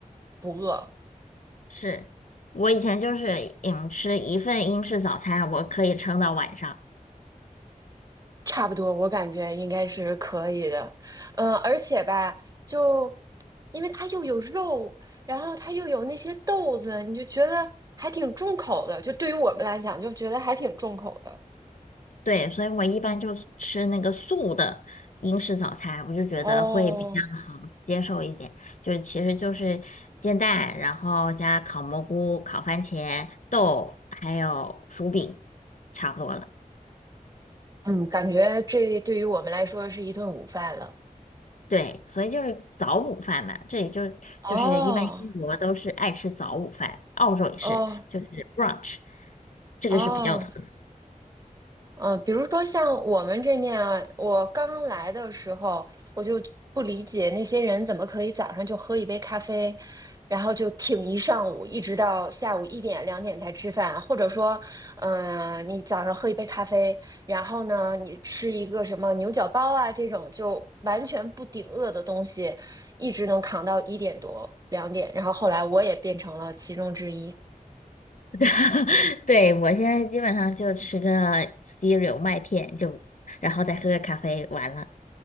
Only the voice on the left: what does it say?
是我以前就是嗯，吃一份英式早餐，我可以撑到晚上。
对，所以我一般就吃那个素的英式早餐，我就觉得会比较好接受一点。
就是其实就是煎蛋，然后加烤蘑菇、烤番茄、豆，还有薯饼，差不多了。
对，所以就是早午饭嘛，这里就就是一般英国都是爱吃早午饭，
澳洲也是，
就是 brunch，这个是比较特
<laughs> 对，我现在基本上就吃个 cereal 麦片，就然后再喝个咖啡，完了